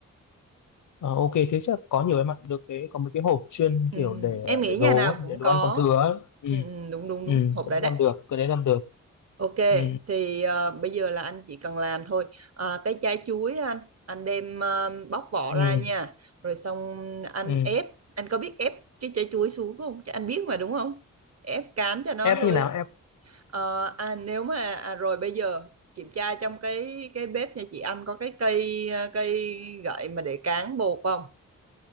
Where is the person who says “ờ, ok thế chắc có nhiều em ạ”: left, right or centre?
Left